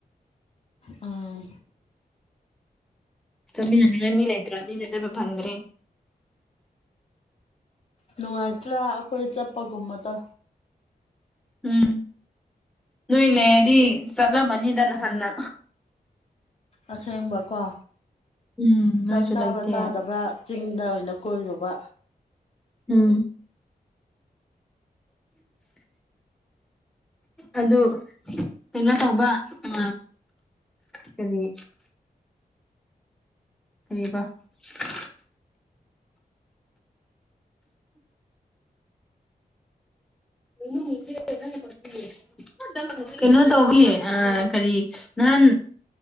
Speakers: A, on the left; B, in the centre.
A: ꯑꯥ
B: ꯆꯠꯃꯤꯟꯅꯅꯤꯡꯉꯥꯏ ꯃꯤ ꯂꯩꯇ꯭ꯔꯥꯕꯅꯤꯅ ꯆꯠꯄ ꯐꯪꯗ꯭ꯔꯦ
A: ꯅꯨꯡꯉꯥꯏꯇ꯭ꯔꯥ ꯑꯩꯈꯣꯏ ꯆꯠꯄꯒꯨꯝꯕꯗꯣ
B: ꯎꯝ ꯅꯣꯏ ꯂꯩꯔꯗꯤ ꯆꯠꯂꯝꯃꯅꯤꯗ ꯅꯍꯥꯟꯅ
A: ꯑꯁꯦꯡꯕꯀꯣ
B: ꯎꯝ ꯅꯣꯏꯁꯨ
A: ꯆꯥꯛ ꯆꯥꯕ꯭ꯔꯥ
B: ꯂꯩꯇꯦ
A: ꯆꯥꯗꯕ꯭ꯔꯥ ꯆꯤꯡꯗ ꯑꯣꯏꯅ ꯀꯣꯏꯔꯨꯕ
B: ꯎꯝ <inaudible> ꯑꯗꯨ ꯀꯩꯅꯣ ꯇꯧꯕ ꯑ ꯀꯔꯤ <unintelligible> <unintelligible> ꯀꯩꯅꯣ ꯇꯧꯕꯤ ꯑ ꯀꯔꯤ ꯅꯍꯥꯟ